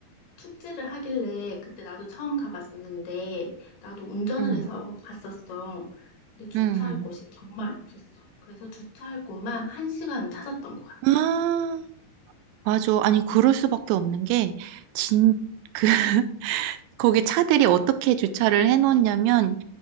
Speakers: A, on the left; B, on the right.
A: 축제를 하길래 그때 나도 처음 가봤었는데 나도 운전을
B: 응,
A: 해서 갔었어. 근데 주차할
B: 응,
A: 곳이 정말 없었어. 그래서 주차할 곳만 한 시간을 찾았던 것 같아.
B: 응. 아, 맞아. 아니 그럴 수밖에 없는 게진그 <laughs> 거기 차들이 어떻게 주차를 해놓냐면